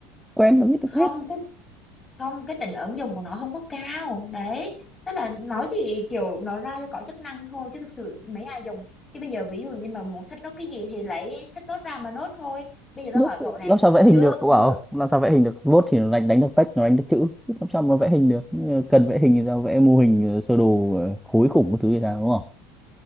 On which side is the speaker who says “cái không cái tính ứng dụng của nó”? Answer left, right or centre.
Left